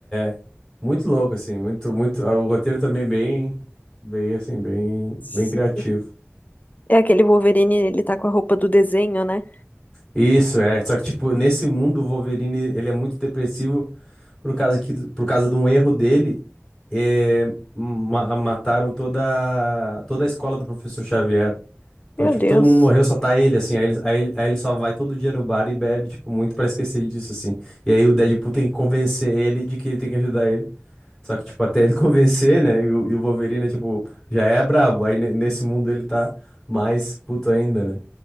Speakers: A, in the centre; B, on the left.
A: é. Muito louco, assim, muito, muito. ah, O roteiro também bem, bem, assim, bem,
B: Sim.
A: bem criativo.
B: É aquele Wolverine, ele tá com a roupa do desenho, né?
A: Isso, é. Só que, tipo, nesse mundo, o Wolverine, ele é muito depressivo por causa que, por causa de um erro dele, é, ma- mataram toda, toda a escola do professor Xavier. Então,
B: Meu
A: tipo,
B: Deus.
A: todo mundo morreu, só tá ele, assim. Aí ele, aí, ele aí ele só vai todo dia no bar e bebe, tipo, muito pra esquecer disso, assim. E aí o Deadpool tem que convencer ele de que ele tem que ajudar ele. Só que, tipo, até ele <laughs> convencer, né? E o, e o Wolverine, tipo, já é brabo. Aí ne- nesse mundo ele tá mais puto ainda, né?